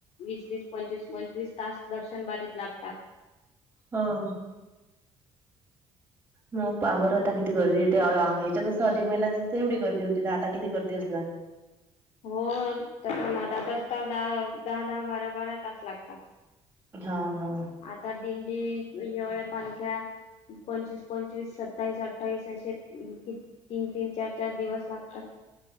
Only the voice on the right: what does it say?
हो! मग पहाबर आता किती गर्दीे येते ह्याच्यातच अधिक महिन्यातसं एवढी गर्दी होती आता किती गर्दी असणार.
हा हा!